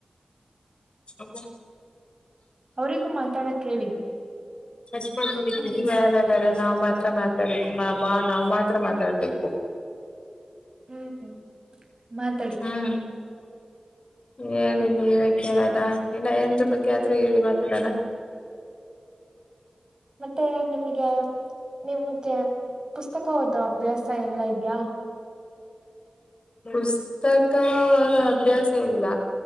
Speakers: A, on the left (about 55°); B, on the right (about 35°).
A: ಅ
B: ಅವರಿಗೂ ಮಾತಾಡಕ್ ಹೇಳಿ
A: ಹಚ್ ಮಾಡ್ಬೋದಿೇಡ ನಾವ್ ಮಾತ್ರ ಮಾತಾಡು ನಾವ್ ಮಾತ್ರ ಮಾತಾಡ್ಬೇಕು
B: ಹ್ಮ್ ಮಾತಾಡಿ
A: ಹ್ಮ್ ಹೇಳ ನೀ ದಾ ಇಲ್ಲ ಎನ್ ಬಗ್ಗೆ ಆದ್ರೂ ಹೇಳಿ ಮಾತಾಡೋಣ
B: ಮತ್ತೆ ನಿಮಗೆ ನಿಮ್ಗೆ ಪುಸ್ತಕ ಓದೋ ಅಭ್ಯಾಸ ಎಲ್ಲಾ ಇದ್ಯಾ
A: ಪುಸ್ತಕವ ಅಭ್ಯಾಸ ಇಲ್ಲ